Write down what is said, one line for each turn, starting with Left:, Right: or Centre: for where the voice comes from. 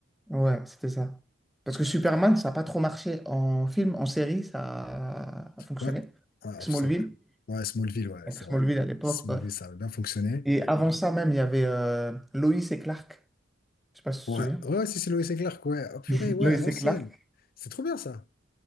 Centre: Ouais, c'était ça. Parce
Left: J'avais-
Centre: que Superman, ça n'a pas trop marché en film, en série, ça a fonctionné.
Left: Ouais. Ouais,
Centre: Smallville,
Left: c'est vrai. Ouais, Smallville, ouais,
Centre: avec
Left: c'est
Centre: Smallville
Left: vrai.
Centre: à l'époque.
Left: Smallville,
Centre: ouais.
Left: ça avait bien fonctionné.
Centre: Et avant ça même, il y avait euh, Lois et Clark. Je sais pas si tu
Left: Ouais.
Centre: te souviens.
Left: Ouais, si c'est Lois et Clark, ouais. Oh, purée,
Centre: <laughs>
Left: ouais,
Centre: Lois
Left: à l'ancienne.
Centre: et Clark.
Left: C'est trop bien, ça.